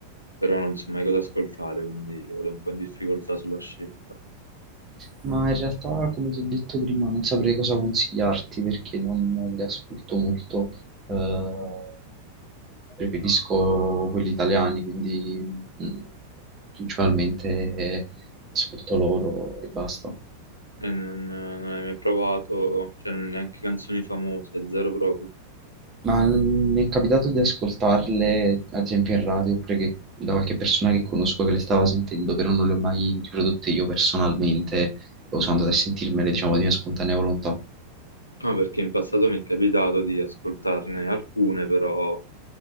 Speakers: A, on the left; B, on the right.
A: però non so mai cosa ascoltare, quindi vado un po' in difficoltà sulla scelta.
B: Ma in realtà, come ti ho detto prima, non saprei cosa consigliarti perché non le ascolto molto. Eh, preferisco quelli italiani, quindi mh, principalmente ascolto loro e basta.
A: E non, non hai mai provato, cioè non- neanche canzoni famose, zero proprio.
B: Ma mh, mi è capitato di ascoltarle, ad esempio, in radio, oppure che- da qualche persona che conosco che le stava sentendo, però non le ho mai riprodotte io personalmente, o sono andato a sentirmele, diciamo, di mia spontanea volontà.
A: No, perché in passato mi è capitato di ascoltarne alcune, però